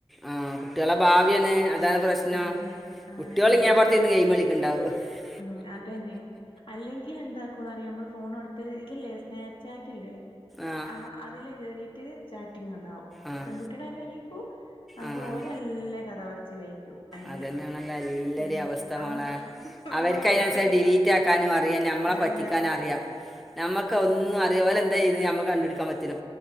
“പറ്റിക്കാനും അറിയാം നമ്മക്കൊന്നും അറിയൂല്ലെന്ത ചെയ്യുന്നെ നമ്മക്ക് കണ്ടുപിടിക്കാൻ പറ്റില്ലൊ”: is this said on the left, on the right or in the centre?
Centre